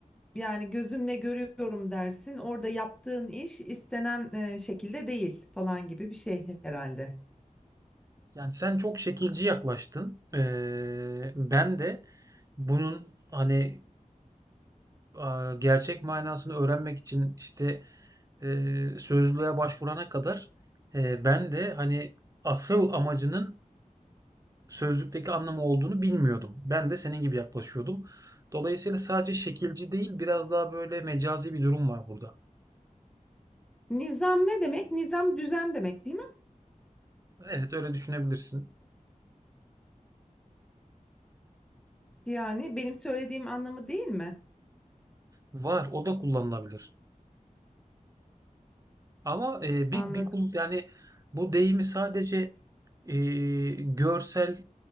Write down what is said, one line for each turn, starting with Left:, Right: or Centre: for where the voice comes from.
Centre: yani gözümle görüyorum dersin. Orada yaptığın iş istenen e, şekilde değil falan gibi bir şey herhalde.
Right: Yani sen çok şekilci yaklaştın. Eee, ben de bunun hani eee, gerçek manasını öğrenmek için işte e, sözlüğe başvurana kadar e, ben de hani asıl amacının sözlükteki anlamı olduğunu bilmiyordum. Ben de senin gibi yaklaşıyordum. Dolayısıyla sadece şekilci değil, biraz daha böyle mecazi bir durum var burada.
Centre: Nizam ne demek? Nizam düzen demek değil mi?
Right: Evet, öyle düşünebilirsin.
Centre: Yani benim söylediğim anlamı değil mi?
Right: Var, o da kullanılabilir. Ama e, bir
Centre: Anladım.
Right: bir kul yani bu deyimi sadece e, görsel